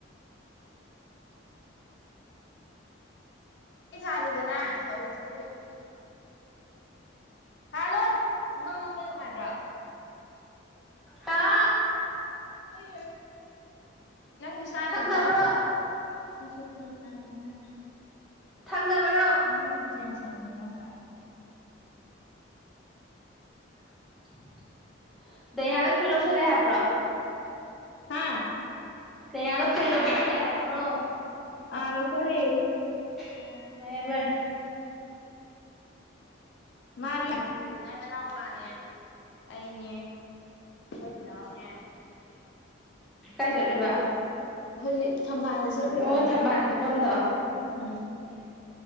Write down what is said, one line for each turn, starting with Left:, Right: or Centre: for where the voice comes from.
Left: ꯑꯩ ꯊꯥꯜꯂꯨꯗꯅꯦ ꯇꯧꯔꯤꯁꯤꯕꯨ ꯊꯥꯜꯂꯣ ꯃꯃꯝ ꯃꯝꯕ ꯅꯨꯡꯉꯥꯏꯕ꯭ꯔꯣ
Centre: ꯍꯥꯥ
Left: ꯑꯩ ꯀꯩꯒꯤꯁꯗ꯭ꯔ
Centre: ꯊꯛꯅꯕ꯭ꯔꯣ
Left: ꯥꯏꯌꯥ ꯑꯁꯦ ꯈꯔꯠ ꯊꯥꯡꯥꯟꯕ
Centre: ꯊꯪꯅꯕꯔ
Left: ꯑꯅ ꯆꯦꯟꯖ ꯂꯧ ꯇꯧ ꯁꯔ
Centre: <unintelligible> ꯗꯥꯏꯅꯥꯗ ꯐꯨꯏ ꯌꯧꯁꯜꯂꯦ ꯍꯥꯏꯕ꯭ꯔꯣ
Left: ꯍꯥꯥ
Centre: ꯀꯌꯥꯗꯣ ꯐꯨꯔꯤꯗꯧ ꯈꯜꯂꯦ ꯍꯥꯏꯕ꯭ꯔꯣ
Left: ꯑꯥ ꯅꯀꯔꯤ
Centre: ꯑꯣ ꯀꯥꯏꯕꯔ
Left: ꯃꯥ ꯃꯅꯥ ꯄꯥꯦ ꯑꯩꯅꯦ ꯑꯩꯆꯤꯟꯅꯥꯎꯅꯦ
Centre: ꯀꯥꯏ ꯆꯠꯂꯨꯕ
Left: ꯍꯧꯖꯤꯛ ꯊꯝꯕꯥꯜꯗ ꯆꯠꯂꯨꯏ
Centre: ꯑꯣ
Left: ꯍꯥꯏꯕꯗꯣ
Centre: ꯊꯝꯕꯥꯜ ꯆꯠꯐꯝꯗꯣ
Left: ꯎꯝ